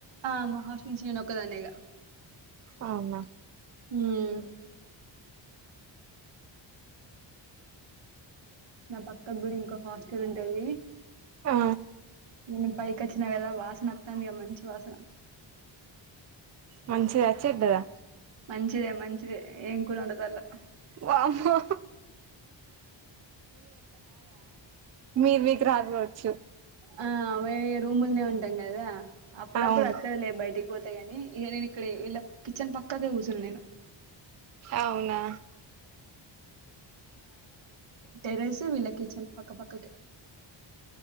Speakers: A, on the right (about 70°); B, on the right (about 35°).
A: ఆ మా హాస్టల్ నుంచి నేనొక్కదాన్నే ఇగ
B: అవునా
A: మ్ నా పక్కక్ గుడ ఇంకో హాస్టల్ ఉంటదీ
B: ఆ
A: నేన్ పైకచ్చిన గదా వాసన అత్తాంది ఇగ మంచి వాసన
B: మంచిద, చెడ్డదా?
A: మంచిదే మంచిదే ఏం కూరొండుతాన్లో
B: వామ్మో మీ మీక్ రాదు గావచ్చు.
A: ఆ మే రూముల్నే ఉంటం గదా అప్పుడప్పుడ్
B: అవును
A: అత్తదిలే బయటికి పోతే గని ఇగ నేన్ ఇక్కడే వీళ్ళ కిచన్ పక్కకే కూసున్న నేను
B: అవునా
A: టెరస్ వీళ్ల కిచన్ పక్క పక్క కే